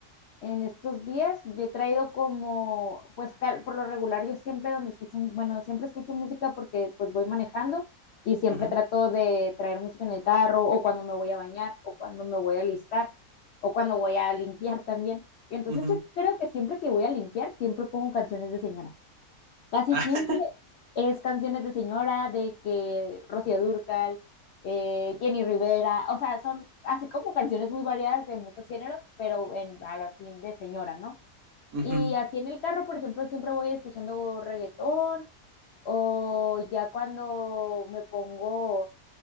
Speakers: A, on the left (about 70°); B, on the right (about 70°).
A: En estos días yo he traído como, pues por lo regular yo siempre donde escucho, bueno, siempre escucho música porque pues voy manejando y siempre
B: Ujú,
A: trato de traer música en el carro o cuando me voy a bañar o cuando me voy a alistar o cuando voy a limpiar también. Entonces
B: ujú.
A: yo creo que siempre que voy a limpiar siempre pongo canciones de señora. Casi
B: Ah,
A: siempre
B: <laughs>
A: es canciones de señora, de que Rocío Dúrcal, eh, Jenny Rivera, o sea, son así como canciones muy variadas de muchos géneros, pero en, a la fin de señora, ¿no?
B: ujú.
A: Y así en el carro, por ejemplo, siempre voy escuchando reggaetón o ya cuando me pongo